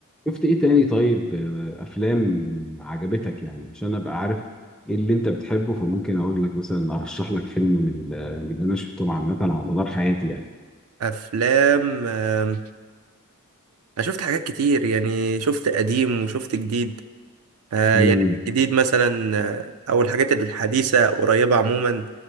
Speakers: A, in the centre; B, on the right (about 70°).
A: شفت ايه تاني طيب آه، افلام عجبتك يعني عشان ابقى عارف ايه اللي انت بتحبه فممكن اقول لك مثلا ارشح لك فيلم من ال- من اللي انا شفتهم عامة على مدار حياتي يعني
B: افلام آم، انا شفت حاجات كتير يعني شفت قديم وشفت جديد آه،
A: مم.
B: يعني في الجديد مثلا آه، او الحاجات الحديثه قريبه عموما